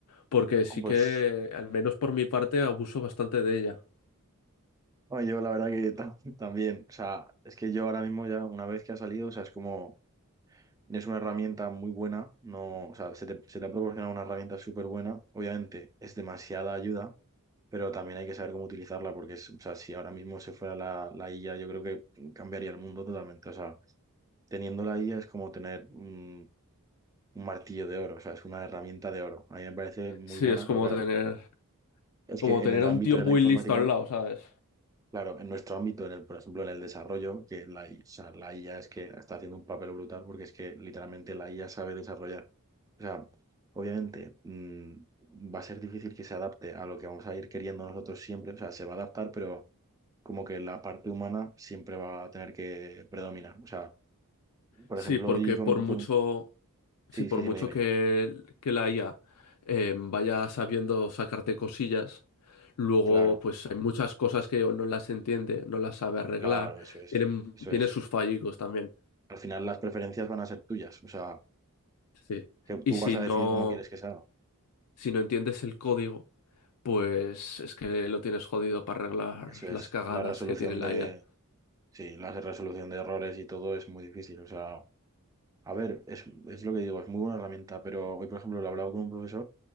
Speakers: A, on the left (about 85°); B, on the right (about 15°).
A: Porque sí
B: jo, pues
A: que, al menos por mi parte, abuso bastante de ella.
B: no, yo la verdad que ta- <laughs> también. O sea, es que yo ahora mismo ya, una vez que ha salido, o sea, es como, es una herramienta muy buena. No, o sea, se te, se te ha proporcionado una herramienta súper buena. Obviamente, es demasiada ayuda pero también hay que saber cómo utilizarla porque, es- o sea, si ahora mismo se fuera la, la IA, yo creo que cambiaría el mundo totalmente. O sea, teniendo la IA es como tener un, un martillo de oro, o sea, es una herramienta de oro. A mí me parece muy
A: Sí,
B: buena,
A: es como
B: pero claro,
A: tener,
B: es
A: como
B: que
A: tener
B: en el
A: a
B: ámbito
A: un tío
B: de
A: muy
B: la informática,
A: listo al lado, ¿sabes?
B: claro, en nuestro ámbito, en el, por ejemplo, en el desarrollo, que la, I- o sea, la IA es que está haciendo un papel brutal porque es que literalmente la IA sabe desarrollar. O sea, obviamente... mm, Va a ser difícil que se adapte a lo que vamos a ir queriendo nosotros siempre, o sea, se va a adaptar, pero como que la parte humana siempre va a tener que predominar. O sea, por
A: Sí,
B: ejemplo,
A: porque
B: y con,
A: por mucho,
B: con-
A: sí,
B: Sí,
A: por
B: sí, dime,
A: mucho
B: dime.
A: que, que la IA eh, vaya sabiendo sacarte cosillas, luego
B: Claro,
A: pues hay muchas cosas que o no las entiende, no las sabe arreglar,
B: claro, eso es,
A: tiene,
B: eso
A: tiene
B: es.
A: sus fallicos también.
B: Al final las preferencias van a ser tuyas, o sea,
A: Sí.
B: que
A: Y
B: tú
A: si
B: vas a
A: no,
B: decidir cómo quieres que se haga.
A: si no entiendes el código, pues es que lo tienes jodido para arreglar
B: Eso es,
A: las cagadas
B: la resolución
A: que tiene la
B: de,
A: IA.
B: sí, la resolución de errores y todo es muy difícil, o sea, a ver, es, es lo que digo, es muy buena herramienta, pero hoy, por ejemplo, lo he hablado con un profesor